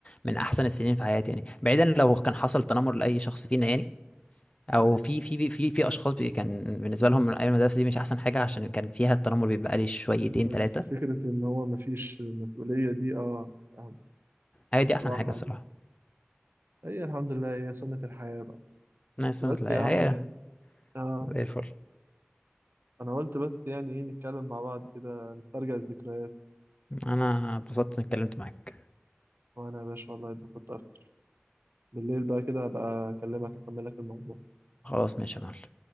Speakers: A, on the left; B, on the right.
A: من أحسن السنين في حياتي يعني بعيدا لو كان حصل تنمر لأي شخص فينا يعني أو
B: ايوه
A: في في في في أشخاص بي كان بالنسبة لهم من أيام المدرسة دي مش أحسن حاجة عشان كان فيها التنمر بيبقى عليه شويتين
B: بس
A: تلاتة
B: فكرة إن هو مفيش مسؤولية دي آه آه،
A: هي دي أحسن
B: راحة
A: حاجة الصراحة
B: دي هي الحمد لله هي سنة الحياة بقى
A: نايس
B: بس
A: سنة الحياة
B: يا عم يعني
A: هي
B: آه
A: زي الفل
B: أنا قلت بس يعني إيه نتكلم مع بعض كده نسترجع الذكريات
A: أنا اتبسطت إني اتكلمت معاك
B: وأنا يا باشا والله اتبسطت أكتر بالليل بقى كده هبقى أكلمك أكمل لك الموضوع
A: خلاص ماشي يا معلم